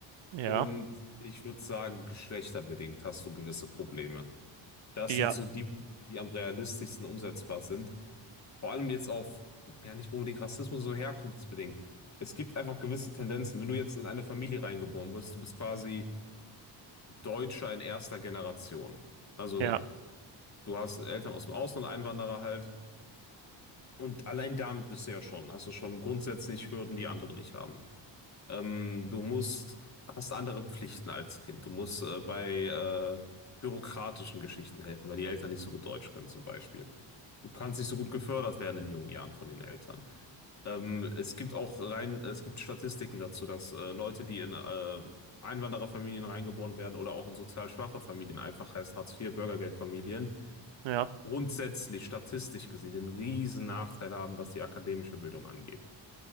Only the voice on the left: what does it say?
Und ich würde sagen, geschlechterbedingt hast du gewisse Probleme. Das
sind so die Punkte, die am realistischsten umsetzbar sind. Vor allem jetzt auf, ja, nicht unbedingt Rassismus, so herkunftsbedingt. Es gibt einfach gewisse Tendenzen. Wenn du jetzt in eine Familie reingeboren wirst, du bist quasi Deutscher in erster Generation. Also
du hast Eltern aus dem Ausland, Einwanderer halt. Und allein damit bist du ja schon, hast du schon grundsätzlich Hürden, die andere nicht haben. Ähm, du musst, hast andere Pflichten als Kind. Du musst äh, bei äh, bürokratischen Geschichten helfen, weil die Eltern nicht so gut Deutsch können zum Beispiel. Du kannst nicht so gut gefördert werden in jungen Jahren von den Eltern. Ähm, es gibt auch rein, es gibt Statistiken dazu, dass äh, Leute, die in äh, Einwandererfamilien reingeboren werden oder auch in sozial schwache Familien, einfach heißt Hartz-IV, Bürgergeldfamilien,
grundsätzlich statistisch gesehen einen riesen Nachteil haben, was die akademische Bildung angeht.